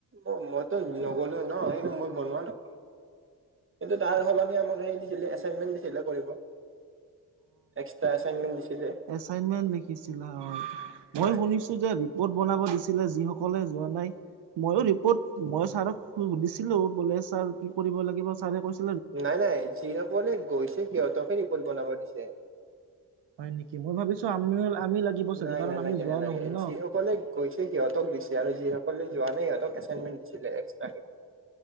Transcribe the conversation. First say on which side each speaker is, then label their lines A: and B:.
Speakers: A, on the right (about 30°); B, on the right (about 80°).
A: অ' মইতো নগলো ন, মই বনোৱা নহয় কিন্তু তাৰ সলনি আমাক হেৰি দিছিলে এাচানমেন্ দিছিলে কৰিব। এক্সট্ৰা এছাইনমেণ্ট দিছিলে।
B: এচাইনমেণ্ট লিখিছিলা হয়, মইয়ো
A: হয়
B: শুনিছি টো যে ৰিপৰ্ট বনাব দিছিলে যিসকলে যোৱা নাই মইয়ো ৰিপৰ্ট, মই ছাৰক সুধছিলো বোলে ছাৰ কি কৰিব লাগিব, ছাৰে কৈ
A: নাই নাই যিসকলে গৈছে সিহঁতকে ৰিপৰ্ট বনাব দিছে।
B: হয় নেকি মই ভাবিছো আমিও আমি লাগিব চাগে
A: নাই
B: কাৰণ
A: নাই
B: আমি
A: লাগে
B: যোৱা
A: নাই লাগে
B: নহল ন
A: যিসকলে কৈছে সিহঁতক দিছে আৰু যিসকলে যোৱা নাই সিহঁতক এচাইনমেন্ট দিছিলে এক্সট্ৰাকে।